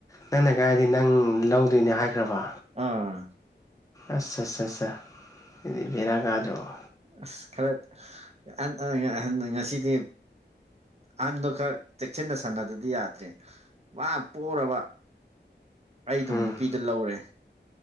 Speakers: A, on the left (about 15°); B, on the right (about 35°).
A: ꯅꯪꯅ ꯀꯒꯥꯥꯏꯗꯤ ꯅꯪ ꯂꯧꯗꯣꯏꯅꯦ ꯍꯥꯏꯈ꯭ꯔꯕ
B: ꯑꯥ
A: ꯑꯁ ꯑ ꯑ ꯑꯗꯨꯗꯤ ꯕꯦꯔꯥ ꯀꯥꯗ꯭ꯔꯑꯣ
B: ꯑꯁ ꯈꯔ ꯉꯁꯤꯗꯤ ꯑꯍꯟꯗꯨꯣ ꯈꯔ ꯆꯦꯛꯁꯤꯟꯅ ꯁꯥꯟꯅꯗꯗꯤ ꯌꯥꯗ꯭ꯔꯦ ꯄꯔꯕ ꯑꯩ ꯑꯗꯨꯝ
A: ꯎꯝ
B: ꯅꯨꯄꯤꯗ ꯂꯧꯔꯦ